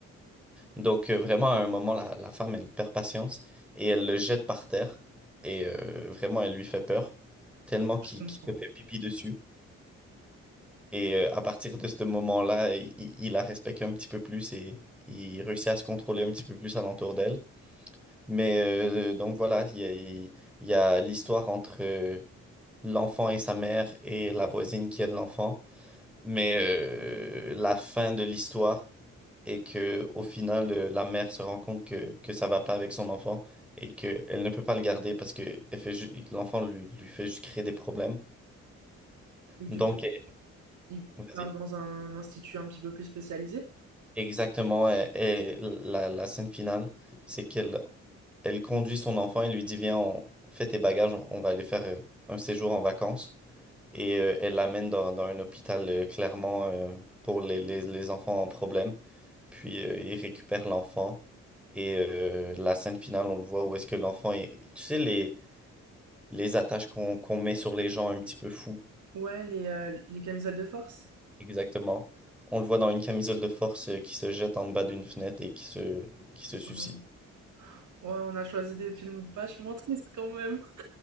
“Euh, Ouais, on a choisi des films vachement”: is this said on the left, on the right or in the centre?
Right